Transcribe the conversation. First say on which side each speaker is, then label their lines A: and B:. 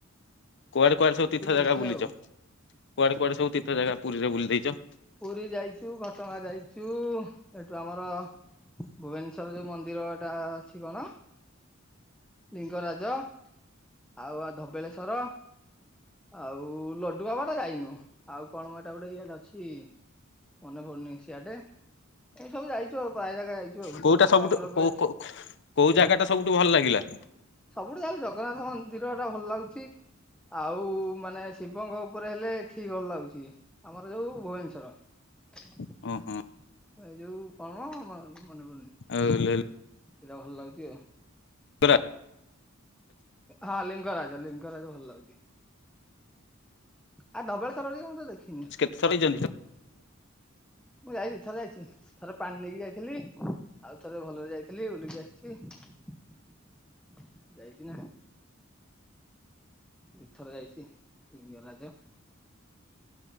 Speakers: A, on the left; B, in the centre.
A: କୁଆଡେ କୁଆଡେ ସବୁ ତୀର୍ଥ ଜାଗା
B: ଦେଖିବା
A: ବୁଲିଚ
B: ଆଉ
A: କୁଆଡେ କୁଆଡେ ସବୁ ତୀର୍ଥ ଜାଗା ପୁରୀରେ ବୁଲି ଦେଇଚ।
B: ପୁରୀ ଯାଇଚୁ ଘଟଗା ଯାଇଚୁ ଏଠୁ ଆମର ଭୁବନେଶ୍ଵର ଯୋଉ ମନ୍ଦିରଟା ଅଛି କଣ? ଲିଙ୍ଗରାଜ। ଆଉ ଆଉ ଧବେଳେଶ୍ଵର ଆଉ ଲଡୁ ବାବାଟା ଯାଇନୁ। ଆଉ କଣମ ଏଟା ଗୋଟେ ଇଆଡେ ଅଛି। ମନେ ପଡୁନି ସିଆଡେ ଏ ସବୁ ଯାଇଚୁ ଆଉ ପାଏ ଜାଗା ଯାଇଚୁ ଆଉ
A: କୋଉଟା
B: ଆଉ
A: ସବୁଠୁ
B: ଆମର
A: କୋଉ
B: ଏଠି
A: କୋଉ ଜାଗାଟା ସବୁଠୁ ଭଲ ଲାଗିଲା।
B: ସବୁଠୁ ଯାହେଲେ ଜଗନ୍ନାଥ ମନ୍ଦିରଟା ଭଲ ଲାଗୁଛି। ଆଉ ମାନେ ଶିବଙ୍କ ଉପରେ ହେଲେ ଠିକ ଭଲ ଲାଗୁଛି ଆମର ଯୋଉ ଭୁବନେଶ୍ୱର।
A: ଉୁଁ ହୁଁ
B: ଏଇ ଯୋଉ କଣମ ମନେ ପଡୁନି?
A: ଆଉ ଲେଲ।
B: ସେଇଟା ଭଲ ଲାଗୁଛି ଆଉ।
A: ଲିଙ୍ଗରାଜ
B: ହଁ ଲିଙ୍ଗରାଜ ଲିଙ୍ଗରାଜ ଭଲ ଲାଗୁଛି। ଆ ଧବଳେଶ୍ୱର ବି ମୁଁ ତ ଦେଖିନି।
A: ଚଲେଇଛନ୍ତି।
B: ମୁଁ ଯାଇଚି ଦି ଥର ଯାଇଛି ଥରେ ପାଣି ନେଇକି ଯାଇଥିଲି ଆଉ ଥରେ ଭଲରେ ଯାଇଥିଲି। ଖେଲି ବୁଲିକି ଆସିଛି ଯାଇଛି ନା। ଦିଥର ଯାଇଛି ଲିଙ୍ଗରାଜ।